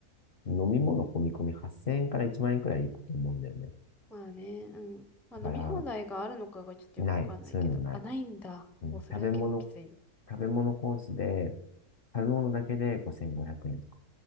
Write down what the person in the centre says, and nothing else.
まあね、うん。まあ飲み放題があるのかがちょっとよくわかんないけど。
あ、ないんだ。
もうそれは結構きつい